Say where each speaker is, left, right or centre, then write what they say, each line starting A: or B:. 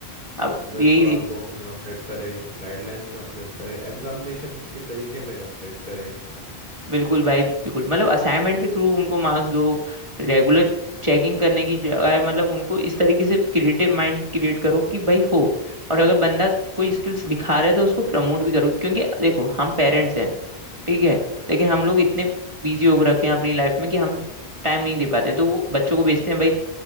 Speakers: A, on the right (about 30°); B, on the right (about 45°).
A: अब
B: इवन
A: यही
B: थोड़ा
A: देख
B: बुक में अपडेट करें गाइडलाइंस में अपडेट करें एग्जामिनेशन के तरीके में अपडेट करें
A: बिल्कुल भाई बिल्कुल मतलब असाइनमेंट के थ्रू उनको मार्क्स दो रेगुलर चेकिंग करने की जगह मतलब उनको इस तरीके से क्रिएटिव माइंड क्रिएट करो कि भाई हो और अगर बंदा कोई स्किल्स दिखा रहा है तो उसको प्रमोट भी करो क्योंकि देखो हम पेरेंट्स हैं ठीक है लेकिन हम लोग इतने बिजी हो रखे हैं अपनी लाइफ में कि हम टाइम नहीं दे पाते तो वो बच्चों को भेजते हैं भाई